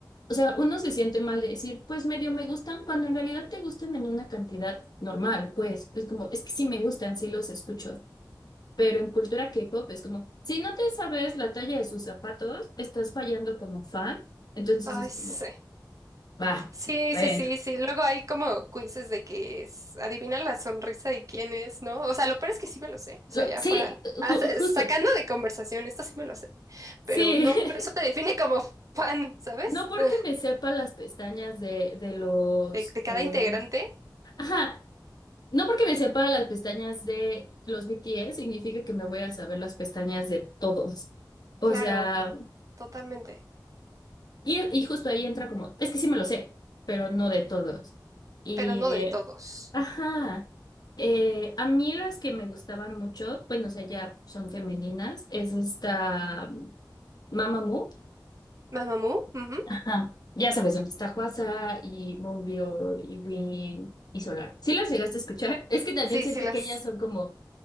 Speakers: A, on the left; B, on the right.
A: O sea, uno se siente mal de decir, pues medio me gustan, cuando en realidad te gustan en una cantidad normal, pues, es como, es que sí me gustan, sí los escucho. Pero en cultura K-pop es como, si no te sabes la talla de sus zapatos, estás fallando como fan. Entonces
B: Ay,
A: es
B: sí.
A: como, va,
B: Sí,
A: bueno.
B: sí, sí, sí. Luego hay como quizzes de que es, adivinan la sonrisa de quién es, ¿no? O sea, lo peor es que sí me lo sé. O sea,
A: Lo-
B: ya
A: sí,
B: fuera,
A: ju-
B: ah, sa-
A: justo,
B: sacando de conversación, esto sí me lo sé.
A: sí.
B: Pero no por eso
A: <laughs>
B: te define como <laughs> fan, ¿sabes?
A: No porque
B: Eh,
A: me sepa las pestañas de, de los...
B: De, de cada
A: eh,
B: integrante.
A: ajá, no porque me sepa las pestañas de los BTS significa que me voy a saber las pestañas de todos. O
B: Claro,
A: sea,
B: totalmente.
A: Y, y justo ahí entra como, es que sí me lo sé, pero no de todos. Y,
B: Pero no de todos.
A: ajá, eh, a mí las que me gustaban mucho, bueno, o sea, ya son femeninas, es esta mm, Mamamoo,
B: Mamamoo, ujú.
A: ajá, ya sabes dónde está Huasa y Moonbyo y Win y Solar. ¿Sí las llegaste a escuchar? Es que también
B: Sí,
A: siento
B: sí, las
A: que ellas son como